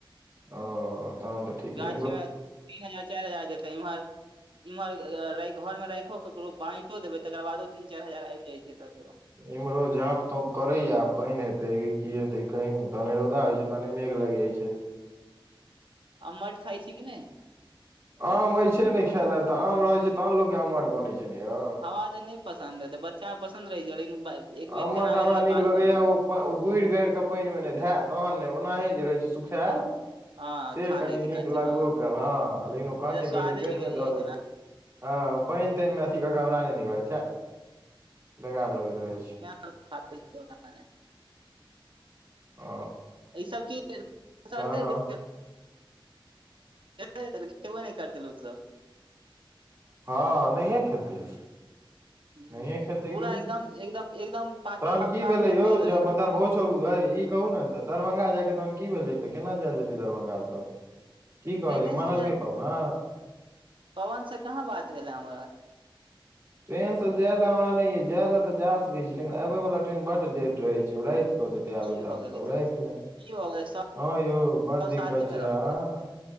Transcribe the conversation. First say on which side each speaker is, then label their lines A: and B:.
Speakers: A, on the right; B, on the right.
A: ओ तहन तऽ ठीके
B: गाछ तीन हजार चारि हजार देत इम्हर इम्हर घर में राखो केकरो बाटो देबे तकर बादो तीन चारि हजार आबि जाय छै तऽ फो
A: इमेरो झाँप तोप करैय पैन हतय कीतै कै तऽने रो द हो छै तनि मेघ लागि जाइ छै
B: अमट खा छी कि नहि
A: आम एछै नहि खाय ले तऽ आम रहै छै तहन लोकोग के आम मठ बनै छै नऽ यौ
B: ह नहि पसन्द है तऽ बच्चा पसन्द रहै छै लेकिन एक
A: आमठ
B: बेर तेना
A: हमरा
B: भेलै कि
A: नीक
B: बालू
A: लगैया
B: बालू
A: ओ ओ गुड़ि गारि कऽ पानिमे नहि धय तहन ने ओनाहे जे रहै छै सुखायल
B: हँ
A: से
B: खा
A: कनि
B: लै छै
A: नीक
B: कच्चे
A: लगबो
B: हँ
A: कल हँ लेकिन ओ कहाँचे
B: अच्छा स्वादे
A: कहै छै पेटमे
B: बिगड़ जाइ
A: धऽ
B: छै
A: लेत हँ ओ पानि तानिमे अथी कऽ क हमरा नहि निक लैत छै बेकार लगैत रहै छै
B: <unintelligible>
A: ओ
B: ई सब चीज <unintelligible>
A: तहन
B: खेबो नहि करतै लोक सब
A: हँ नहिएै खेतय
B: ह
A: नहिे खेते
B: पूरा
A: की
B: एकदम एकदम एकदम पाकल
A: तहन
B: नवका
A: की भेले
B: आम के
A: यौ
B: थोड़ि
A: <unintelligible> ई
B: रहै
A: कहु ने तऽ दरभंगा जायके तहन की भेलै तऽ केना जायल जेते दरभंगा तऽ
B: छै।
A: की कहलक
B: ट्रेने
A: मानलकै
B: से जा
A: पाबना
B: पवन से कहाँ बात भेले हमरा
A: ट्रेन से जाय लए हमरा नहि यऽ जाय ले तऽ जा सकैत छी लेकिन आबय वला ट्रेन बड लेट रह छै ओ रा आबेत
B: की भऽ
A: आबेत
B: गेलै
A: राईत हँ
B: की भऽ गेलै सब
A: यौ बड़ दिक्कत
B: साथे मे
A: छै
B: रह
A: आ